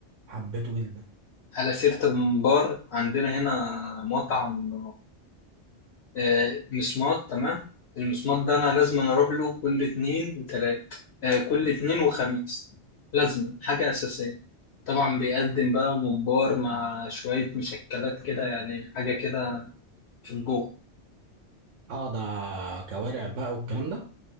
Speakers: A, on the right; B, on the left.
A: حبيته جدا
B: على سيرة الممبار عندنا هنا مطعم آه، مسمار تمام المسمار ده أنا لازم أنا أروح له كل اتنين وتلات آه، كل اتنين وخميس لازم حاجة أساسية طبعا بيقدم بقى ممبار مع شوية مشكلات كده يعني حاجة كده في الجو
A: اه ده كوارع بقى والكلام ده